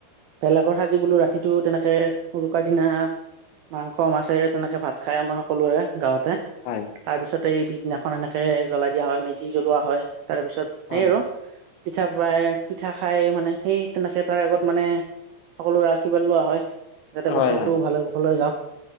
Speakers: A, on the right; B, on the left.
A: ভেলাঘৰ সাজি বোলো ৰাতিটো তেনেকে উৰুকাৰ দিনা মাংস মাছেৰে তেনেকে ভাত খায় আমাৰ সকলোৰে গাঁৱতে
B: হয়
A: তাৰ পিছতে এই পিছদিনাখন এনেকে জ্বলাই দিয়া হয় মেজি জ্বলোৱা হয় তাৰপিছত
B: হয়
A: সেই আৰু পিঠা পাৰোই পিঠা খাই মানে সেই তেনেকে তাৰ আগত মানে সকলোৰে আশীৰ্বাদ লোৱা হয়। যাতে
B: হয়
A: বছৰটো
B: হয়
A: ভালে কুশলে যাওক